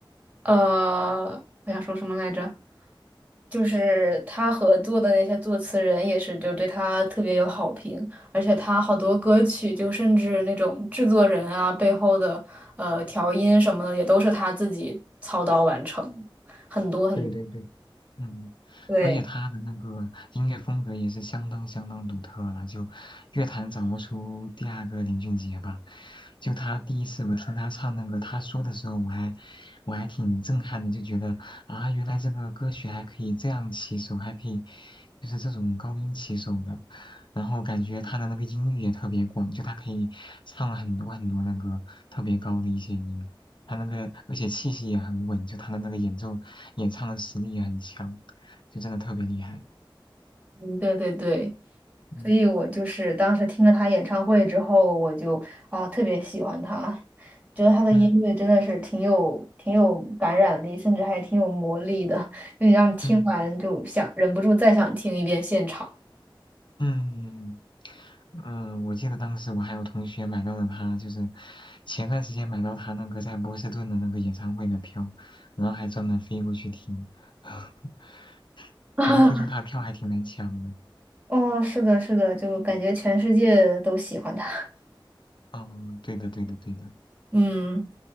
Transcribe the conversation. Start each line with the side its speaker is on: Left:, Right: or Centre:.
Right: 呃，我想说什么来着？就是他合作的那些作词人也是，就对他特别有好评，而且他好多歌曲，就甚至那种制作人啊背后的呃调音什么的，也都是他自己操刀完成，很多很，
Left: 对对对。嗯，
Right: 对。
Left: 而且他的那个音乐风格也是相当相当独特了，就乐坛找不出第二个林俊杰吧。就他第一次我听他唱那个他说的时候，我还我还挺震撼的，就觉得啊，原来这个歌曲还可以这样起手，还可以就是这种高音起手的。然后感觉他的那个音域也特别广，就他可以唱很多很多那个特别高的一些音。他那个而且气息也很稳，就他的那个演奏演唱的实力也很强，就真的特别厉害。
Right: 嗯，对对对，
Left: 嗯
Right: 所以我就是当时听了他演唱会之后，我就啊特别喜欢他，觉得他的音乐真的是挺有挺有感染力，
Left: 嗯
Right: 甚至还挺有魔力的，<laughs> 就你让你听完就想忍不住再想听一遍现场。
Left: 嗯嗯嗯，我记得当时我还有同学买到了他，就是前段时间买到他那个在波士顿的那个演唱会的票，然后还专门飞过去听，<laughs>
Right: <laughs>
Left: 好像听说他的票还挺难抢的。
Right: 啊，哦，是的，是的，就感觉全世界都喜欢他。
Left: 嗯，哦，对的对的对的。
Right: 嗯，